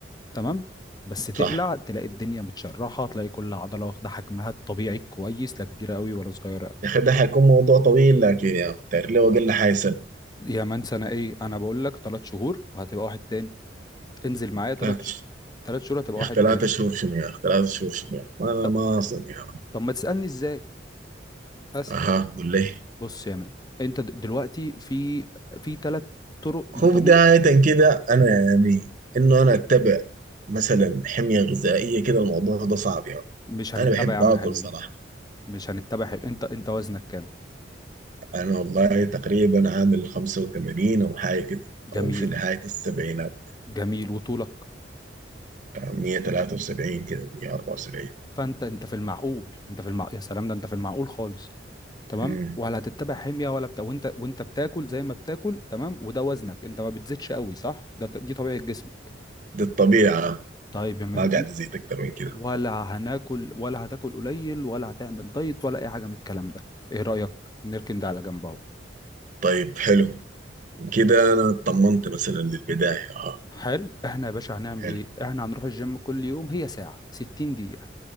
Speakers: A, on the left; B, on the right.
A: تمام بس تقلع
B: صح
A: تلاقي الدنيا متشرحه تلاقي كل عضله واخده حجمها الطبيعي الكويس لا كبيره قوي ولا صغيره قوي
B: يا اخي ده حيكون موضوع طويل لكن يا تعرف ليه اقل حاجه سنه
A: يا مان انا ايه انا بقول لك ثلاث شهور وهتبقى واحد تاني انزل معايا ثلاث
B: ثلاثة
A: شهور
B: شهور
A: ثلاث شهور هتبقى
B: يا
A: واحد
B: اخي ثلاثة
A: تاني
B: شهور شنو يا اخي ثلاثة شهور شنو يا اخي ما
A: ط-
B: ما اصدق
A: طب ما تسالني ازاي اسهل.
B: اها قول لي
A: بص يا مان انت د- دلوقتي في في ثلاث طرق
B: هو
A: انت
B: بداية
A: مو
B: كده أنا يعني إنه أنا أتبع مثلا حمية غذائية كده الموضوع ده صعب يعني
A: مش هنتبع
B: أنا بحب
A: يا عم
B: آكل
A: حميد
B: صراحة
A: مش هنتبع حميد. انت انت وزنك كام
B: أنا والله تقريبا عامل 85 أو حاجة كده
A: جميل
B: أو في نهاية السبعينات
A: جميل وطولك
B: 173 كده 174
A: فانت انت في المعقول انت في المعقول يا سلام ده انت في المعقول خالص تمام
B: امم
A: ولا هتتبع حمية ولا بتاع وانت وانت بتاكل زي ما بتاكل تمام وده وزنك انت ما بتزيدش قوي صح ده ط- دي طبيعة جسمك
B: دي الطبيعة
A: طيب يا مان
B: ما قاعد
A: ان-
B: أزيد أكتر من كده
A: ولا هناكل ولا هتاكل قليل ولا هتعمل دايت ولا اي حاجة من الكلام ده ايه رأيك نركن ده على جنب اهو
B: طيب حلو كده أنا اطمنت مثلا للبداية أها
A: حلو احنا يا باشا هنعمل
B: حلو
A: ايه احنا هنروح الجيم كل يوم هي ساعة 60 دقيقة